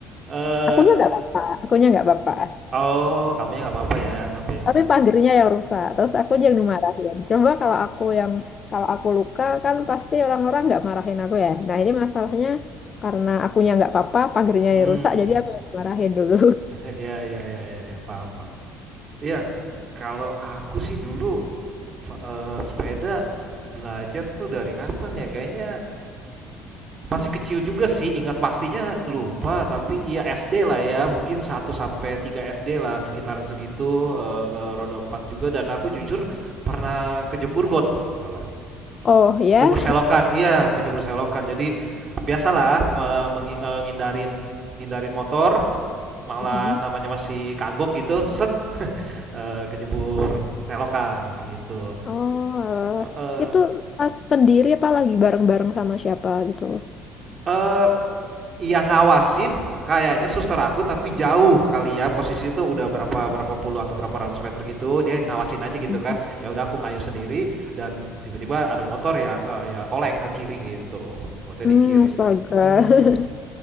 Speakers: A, on the right (about 40°); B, on the left (about 40°).
A: Eee,
B: Akunya nggak apa-apa, akunya nggak apa-apa.
A: oh, kamunya nggak apa-apa ya tapi
B: tapi pagernya yang rusak terus aku yang dimarahin coba kalau aku yang kalau aku luka kan pasti orang-orang nggak marahin aku ya nah ini masalahnya karena akunya nggak apa-apa pagernya
A: mmm,
B: yang rusak jadi aku yang dimarahin dulu
A: <laughs> ya ya ya ya ya, paham paham. Iya, kalau aku sih dulu, eee, sepeda belajar tuh dari kapan ya, kayaknya Masih kecil juga sih, ingat pastinya lupa, tapi iya SD lah ya, mungkin satu sampai 3 SD lah, sekitaran segitu, eee eee, roda 4 juga dan aku jujur pernah kejebur got malah,
B: <laughs> oh ya
A: kejebur selokan iya, kejebur selokan. Jadi biasalah, eee, menghi eee, ngindarin hindarin motor, malah
B: Mm-mm.
A: namanya masih kagok gitu, set, eee, kejebur selokan gitu.
B: oh eh,
A: Heeh.
B: itu pas sendiri apa lagi bareng-bareng sama siapa gitu
A: Eee yang ngawasin kayaknya suster aku tapi jauh kali ya posisi itu udah berapa berapa puluh atau berapa ratus meter gitu dia ngawasin aja gitu
B: mm
A: kan ya udah aku ngayuh sendiri dan tiba-tiba ada motor ya eh, ya oleng ke kiri gitu gotnya
B: hmm
A: di kiri
B: astaga
A: Mm-mm.
B: <laughs>